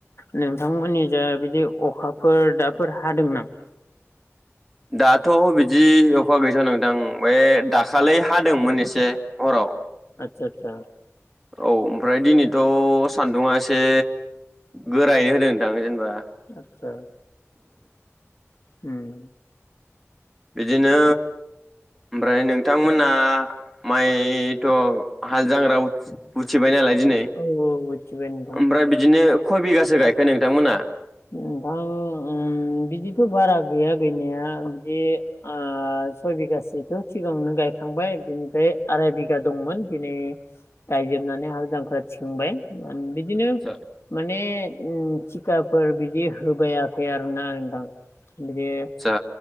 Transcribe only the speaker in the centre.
दाथ' बिदि अखा गैथ'आ बे दाखालै हादोंमोन एसे। हराव
औ ओमफ्राय दिनैथ' सान्दुंआ एसे गोरायै होदों नोंथां जेनबा।
बिदिनो ओमफ्राय नोंथांमोनहा माइथ' हाल जांख्रा उथि उथिबाय नालाय दिनै
ओमफ्राय बिदिनो खय बिगासो गायखो नोंथांमोना?
आतसा
आतसा